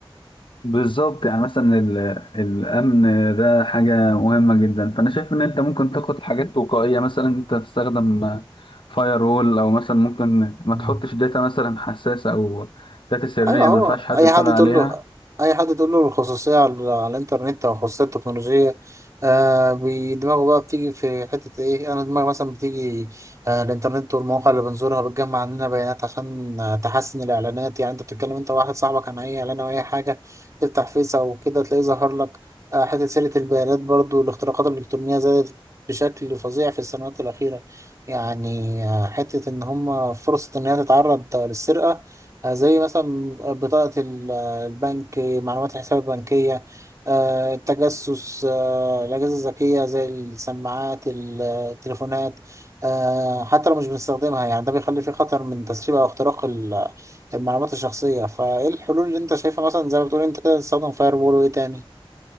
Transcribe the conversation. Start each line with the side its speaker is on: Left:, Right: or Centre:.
Left: بالظبط يعني مثلا ال- الأمن ده حاجة مهمة جدا فأنا شايف إن أنت ممكن تاخد حاجات وقائية مثلا أنت تستخدم فاير وول أو مثلا ممكن ما
Right: مم.
Left: تحطش داتا مثلا حساسة أو داتا سرية
Right: ايوه هو
Left: ما ينفعش حد
Right: اي
Left: يطلع
Right: حد
Left: عليها
Right: تقول له اي حد تقول له الخصوصيه على, على الانترنت او الخصوصيه التكنولوجيه آه بي- دماغه بقى بتيجي في حته ايه انا دماغي مثلا بتيجي آه الانترنت والمواقع اللي بنزورها بتجمع عننا بيانات عشان آه تحسن الاعلانات يعني انت بتتكلم انت واحد صاحبك عن اي اعلان او اي حاجه تفتح فيس او كده تلاقيه ظهر لك آه حته سيره البيانات برضو الاختراقات الالكترونيه زادت بشكل فظيع في السنوات الاخيره يعني آه حته ان هم فرصه ان هي تتعرض للسرقه آه، زي مثلا بطاقة ال- البنك معلومات الحساب البنكية آه، التجسس آه، الأجهزة الذكية زي السماعات التليفونات آه، حتى لو مش بنستخدمها يعني ده بيخلي فيه خطر من تسريب أو اختراق ال- المعلومات الشخصية فإيه الحلول اللي أنت شايفها مثلا زي ما بتقول أنت كده تستخدم فاير وول وإيه تاني؟